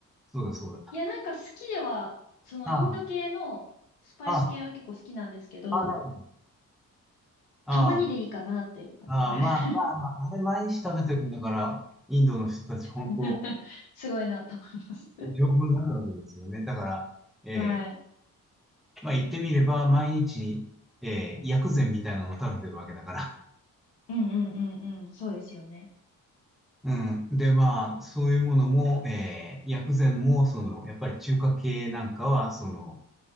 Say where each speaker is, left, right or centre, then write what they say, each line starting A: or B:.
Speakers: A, in the centre; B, on the left (about 80°).
A: そうだそうだ。
B: いや、なんか好きでは、そのインド系のスパイス系は結構好きなんですけど、
A: ああ、ああ、なるほど。ああ、
B: たまにでいいかなっていう感じです。
A: ああ、まあまあまあ、あれ毎日食べてるんだから、インドの人たち本当、
B: <laughs> すごいなと思います。
A: 丈夫になるわけですよね。だから、ええ
B: はい。
A: まあ言ってみれば、毎日、ええ薬膳みたいなのを食べてるわけだから。
B: うんうんうんうん。そうですよね。
A: うん。で、まあ、そういうものも、えー、薬膳も、その、やっぱり中華系なんかは、その、